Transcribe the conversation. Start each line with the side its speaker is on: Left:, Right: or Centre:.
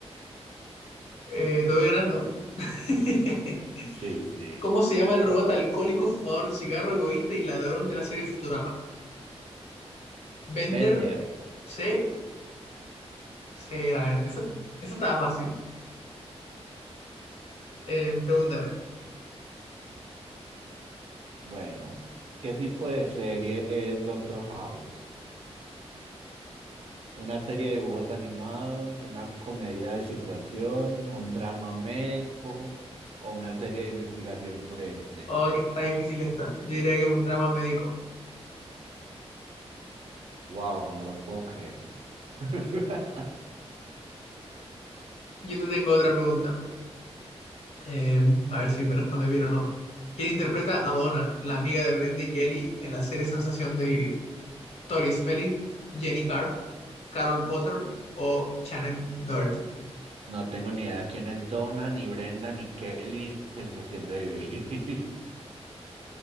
Left: Eh, te voy ganando. <laughs>
Right: Sí, sí.
Left: ¿Cómo se llama el robot alcohólico, fumador de cigarro, egoísta y ladrón de la serie Futurama? ¿Bender,
Right: Bender.
Left: Sí, sí, la verdad, Esa, esa estaba fácil. Eh, pregúntame.
Right: Bueno, ¿qué tipo de serie es Doctor House? Una serie de dibujos animados, una comedia de situación, un drama médico o una serie de investigación forense.
Left: Oh, que está difícil esta. Yo diría que es un drama médico.
Right: Wow, no lo puedo creer. <laughs>
Left: Yo te tengo otra pregunta. Eh, a ver si me respondes bien o no. ¿Quién interpreta a Donna, la amiga de Brenda y Kelly en la serie Sensación de Vivir? ¿Tori Spelling, Jenny Card, Carol Potter o Shannon Doherty?
Right: No tengo ni idea quién es Donna, ni Brenda, ni Kelly, ni Sensación de Vivir.